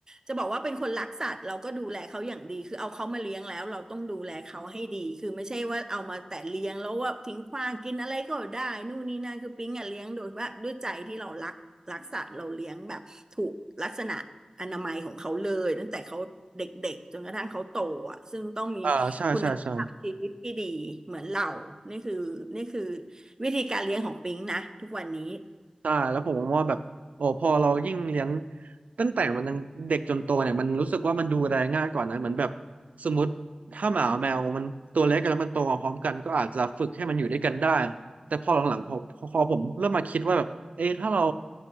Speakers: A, on the right; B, on the right.
A: จะบอกว่าเป็นคนรักสัตว์เราก็ดูแลเขาอย่างดีคือเอาเขามาเลี้ยงแล้วเราต้องดูแลเขาให้ดีคือไม่ใช่ว่าเอามาแต่เลี้ยงแล้วว่าทิ้งขว้างกินอะไรก็ได้นู่นนี่นั่นคือปิ๊งอ่ะเลี้ยงโดยว่าด้วยใจที่เรารักรักสัตว์เราเลี้ยงแบบถูกลักษณะอนามัยของเขาเลยตั้งแต่เขาเด็กๆจนกระทั่งเขาโตอ่ะซึ่งต้องมี
B: อ่าใช่ใช่ใช่
A: คุณภาพชีวิตที่ดีเหมือนเรานี่คือนี่คือวิธีการเลี้ยงของปิ๊งนะทุกวันนี้
B: ใช่แล้วผมว่าแบบโอ้พอเรายิ่งเลี้ยงตั้งแต่มันยังเด็กจนโตเนี่ยมันรู้สึกว่ามันดูแลง่ายกว่านะเหมือนแบบสมมติถ้าหมาแมวมันตัวเล็กกันแล้วมันโตมาพร้อมกันก็อาจจะฝึกให้มันอยู่ด้วยกันได้แต่พอหลังๆพอพอผมเริ่มมาคิดว่าแบบ เอะถ้าเรา